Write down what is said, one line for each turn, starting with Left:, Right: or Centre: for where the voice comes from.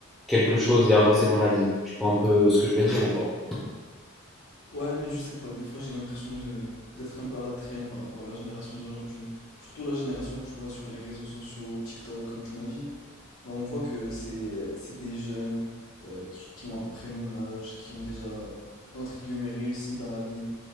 Centre: quelque chose et avancer dans la vie. Tu vois un peu ce que je veux dire ou pas?
Left: Ouais, mais je sais pas. Des fois, j'ai l'impression de d'être un peu à la traîne par rapport à la génération d'aujourd'hui. Surtout la génération que tu vois sur les réseaux sociaux, TikTok, comme tu m'as dit. Bah on voit que c'est c'est des jeunes euh, qui qui ont à peu près mon âge, qui ont déjà entre guillemets réussi dans la vie